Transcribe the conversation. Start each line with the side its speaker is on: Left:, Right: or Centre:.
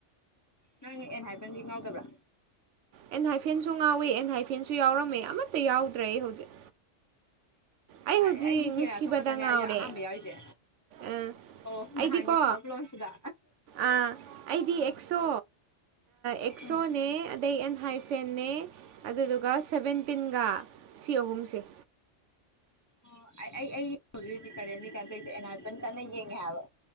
Left: ꯅꯪꯅ ꯑꯦꯟ ꯍꯥꯏꯕꯟꯗꯤ ꯉꯥꯎꯗꯕ꯭ꯔꯥ
Right: ꯑꯦꯟ ꯍꯥꯏꯐꯦꯟꯁꯨ ꯉꯥꯎꯋꯦ ꯑꯦꯟ ꯍꯥꯏꯐꯦꯟꯁꯨ ꯌꯥꯎꯔꯝꯃꯦ ꯃ ꯌꯥꯎꯗ꯭ꯔ ꯑꯩ ꯍꯧꯖꯤꯛ ꯑꯩ ꯍꯧꯖꯤꯛ
Left: ꯑꯩꯗꯤ
Right: ꯅꯨꯡꯁꯤꯕꯗ
Left: ꯀꯦꯔꯥꯇꯣ ꯈꯛꯇꯅꯦ
Right: ꯉꯥꯎꯔꯦ
Left: ꯑꯩ ꯑꯍꯥꯟꯕ ꯌꯥꯎꯔꯤꯁꯦ
Right: ꯑ
Left: ꯑꯣ ꯅꯍꯥꯟꯒꯤ
Right: ꯑꯩꯗꯤꯀꯣ
Left: ꯁꯣꯐ ꯂꯣꯟꯁꯤꯗ
Right: ꯑꯥ ꯑꯩꯗꯤ ꯑꯦꯛꯁꯣ ꯑꯦꯛꯁꯣꯅꯦ
Left: ꯎꯝ
Right: ꯑꯗꯩ ꯍꯥꯏꯐꯦꯦ ꯑꯗꯨꯗꯨꯒ ꯁꯕꯦꯟꯇꯤꯟꯒ ꯁꯤ ꯑꯍꯨꯝꯁꯦ
Left: ꯑꯣ ꯑꯩ ꯍꯧꯖꯤꯛ ꯍꯧꯖꯤꯛ ꯀꯔꯦꯟꯅꯤ ꯀꯥꯟꯗꯔꯤꯁꯦ ꯑꯦꯅꯥꯄꯟ ꯀꯟꯅ ꯌꯦꯡꯉꯦ ꯍꯥꯏꯕ